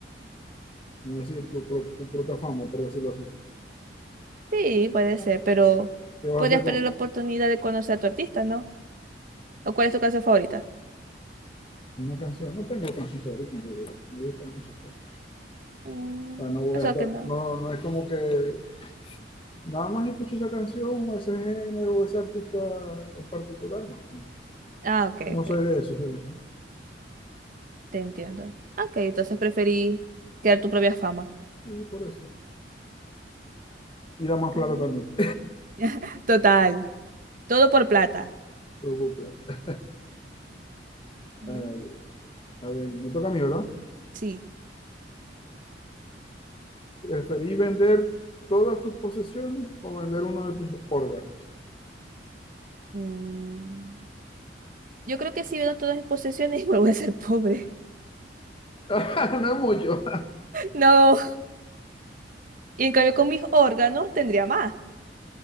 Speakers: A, on the left; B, on the right.
A: no decir, tu, pro- tu propia fama, por decirlo así.
B: Sí, puede
A: Ah,
B: ser, pero
A: ¿Qué vas
B: podrías
A: a hacer con
B: perder la oportunidad de conocer a tu artista, ¿no? ¿O cuál es tu canción favorita?
A: una canción? No tengo canción favorita, en realidad. me gustan muchas cosas.
B: Mm,
A: O sea, no voy
B: eso
A: a estar,
B: que no.
A: no, no es como que nada más escucho esa canción o ese género o ese artista en particular, no. No,
B: Ah, ok,
A: no
B: ok,
A: soy de eso, soy de-
B: te entiendo. Ok, entonces preferí crear tu propia fama.
A: y por eso. Y da más plata
B: Mm.
A: también.
B: <laughs> Total, todo por plata.
A: <laughs> todo por plata.
B: Mm.
A: Eh, a ver, me toca a mí, ¿verdad?
B: Sí.
A: ¿Preferí vender todas tus posesiones o vender uno de tus órganos?
B: Mm, Yo creo que si vendo todas mis posesiones, <laughs> vuelvo a ser pobre. <laughs>
A: <laughs> No es mucho.
B: No, y en cambio con mis órganos tendría más.